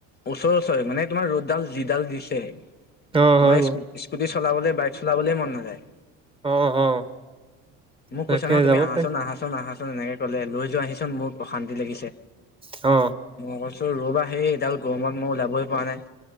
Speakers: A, on the left; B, on the right.
A: ওচৰে ওচৰে মানে তোমাৰ ৰ'দডাল যিডাল দিছে
B: অ হয়
A: তোমাৰ,
B: বাৰু
A: স্কুটি চলাবলৈ বাইক চলাবলৈ মন নাযায়।
B: অ অ
A: মোক
B: তাকে
A: কৈছে নহয় তুমি
B: যাব
A: আহাচোন
B: পাৰি
A: আহাচোন আহাচোন এনেকে কলে লৈ যোৱাহিচোন মোক অশান্তি লাগিছে।
B: অ
A: মই কৈছো ৰবাহে এইডাল গৰমত মই ওলাবই পৰা নাই।